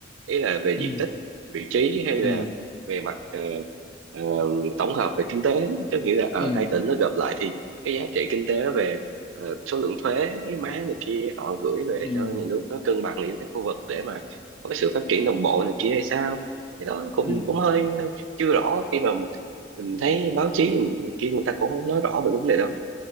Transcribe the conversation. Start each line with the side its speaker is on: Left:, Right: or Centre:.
Right: ý là về
Left: ừ
Right: diện tích vị trí hay
Left: ừ
Right: là về mặt ờ, ờ, tổng hợp về kinh tế có nghĩa là ở
Left: ừ
Right: hai tỉnh nó gộp lại thì cái giá trị kinh tế về ờ, số lượng thuế má này kia họ gửi về
Left: ừ
Right: cho nhà nước nó cân bằng giữa các khu vực để mà có cái sự phát triển đồng bộ này kia hay sao cái đó cũng
Left: ừ
Right: cũng hơi, hơi chưa rõ khi mà mình, mình thấy báo chí mình, kia người ta cũng không nói rõ về vấn đề đó